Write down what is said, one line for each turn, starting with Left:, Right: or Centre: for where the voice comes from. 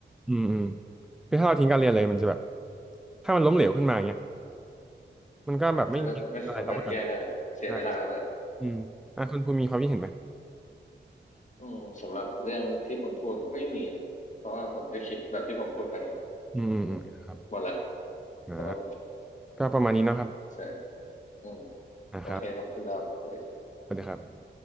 Centre: อืมอืมคือถ้าเราทิ้งการเรียนเลยมันจะแบบถ้ามันล้มเหลวขึ้นมาเงี้ยมันก็แบบไม่มีอะไรรับประกัน
Left: แล้วก็ไม่สามารถแก้ได้เสียเวลาด้วย
Centre: นะอืมอ่ะคุณภูมิมีความคิดเห็นไหม
Left: อืมสำหรับเรื่องที่คุณพูดไม่มีนะเพราะว่าผมก็คิดแบบที่ผมพูดไป
Centre: อืมอืมอืมครับ
Left: อืมหมดละ
Centre: นะ
Left: สำหรับผม
Centre: ก็ประมาณนี้เนาะครับ
Left: ใช่อืม
Centre: นะครับ
Left: โอเคขอบคุณนะครับสวัสดีครับ
Centre: สวัสดีครับ